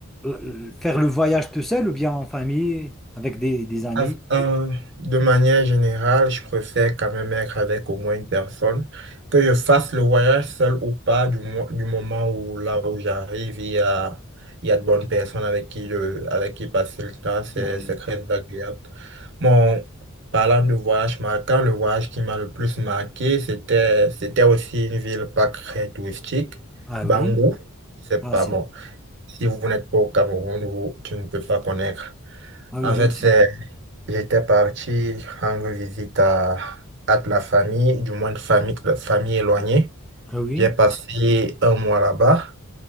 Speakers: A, in the centre; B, on the right (about 55°).
A: euh, faire le voyage tout seul ou bien en famille, avec des, des amis?
B: Af- euh, de manière générale, je préfère quand même être avec au moins une personne, que je fasse le voyage seul ou pas, du, mo- du moment où là où j'arrive, il y a, il y a de bonnes personnes avec qui, je, avec qui passer le temps, c'est
A: C'est vrai.
B: c'est très agréable. Bon, parlant de voyage marquant, le voyage qui m'a le plus marqué, c'était, c'était aussi une ville pas très touristique,
A: Ah
B: Bangou,
A: oui?
B: c'est
A: Ah,
B: pas
A: c'est...
B: bon. Si vous n'êtes pas au Cameroun, vous, tu ne peux pas connaître.
A: Ah
B: En
A: oui, bien
B: fait,
A: sûr.
B: c'est J'étais parti rendre visite à, à de la famille, du moins de famille, de famille éloignée.
A: Ah oui?
B: J'ai passé un mois là-bas,